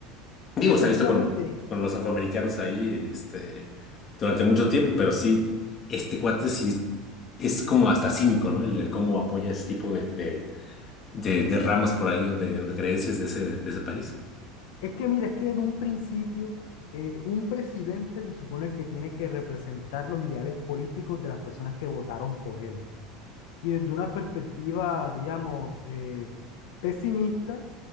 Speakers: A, on the left (about 25°); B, on the left (about 70°).
A: Digo,
B: Sí, efectivamente,
A: se ha visto con, con los afroamericanos ahí, este, durante mucho tiempo, pero sí, este cuate sí es como hasta cínico, ¿no? El, el cómo apoya ese tipo de, de, de, de ramas por ahí o de, o de creencias de ese, de ese país.
B: Es que mira, es que de un principio eh, un presidente se supone que tiene que representar los ideales políticos de las personas que votaron por él. Y desde una perspectiva, digamos, eh, pesimista,